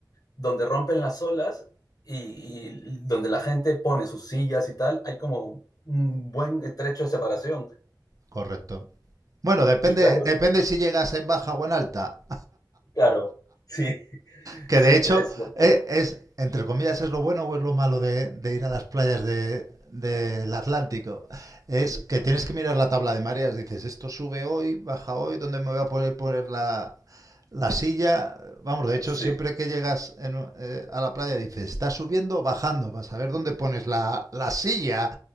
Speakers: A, on the left (about 50°); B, on the right (about 45°).
A: donde rompen las olas y, y donde la gente pone sus sillas y tal, hay como un buen trecho de separación.
B: correcto. Bueno, depende,
A: Y claro,
B: depende si llegas en baja o en alta.
A: claro, sí, <laughs>
B: que
A: sí,
B: de hecho
A: es cierto.
B: eh, es, entre comillas, es lo bueno o es lo malo de, de ir a las playas de, del Atlántico es
A: Ujú,
B: que tienes que mirar la tabla de mareas, dices, esto sube hoy, baja hoy, ¿dónde me voy a poner, poner la, la silla? Vamos, de hecho,
A: Sí.
B: siempre que llegas en, eh, a la playa dices, está subiendo o bajando, vas a ver dónde pones la, la silla